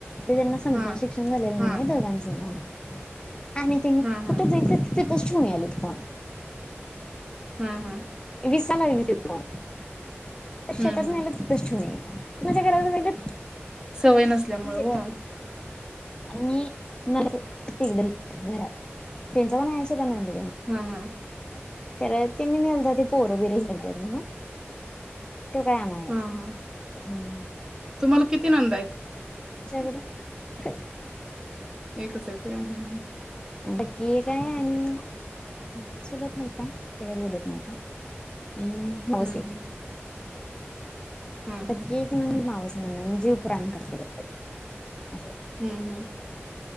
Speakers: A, on the left; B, on the right.
A: म त्यांना समजत
B: हा हा
A: नाही शिक्षण झालेलं नाही
B: हा
A: नाही दोघांचं मग आणि ते मी
B: हा
A: कुठं जायचं तिथच ठेवून आले त फोन
B: हम्म हम्म.
A: विसला लागलीत फोन
B: हम्म
A: शेतात
B: हम्म.
A: न्हेले तिथंच ठेवून आले माझ्या घराला जायला
B: सवय नसल्यामुळें
A: यायचा
B: हो
A: आणि सिग्नल घरात त्यांचा पण आहे अस का नंद
B: हम्म हम्
A: खरंच त्यांनी पोरं बीर हेलत्यात म्हणून तो काय आणयचा
B: हा
A: असतो
B: हा.
A: हम
B: तुम्हाला किती नंदा आहेत?
A: तुमच्याकडे काय
B: एकच आहेत व्हयं ह हम्म हम्म.
A: सख्खी एक आहे आणि चुलत आहेत त्या काय बोलत नाहीता हम् मावस
B: हं,
A: एक
B: हं. हं,
A: सख्खी
B: हं.
A: एक नंद मावस् नणंद जीव प्राण करते. असे
B: हम्म हम्म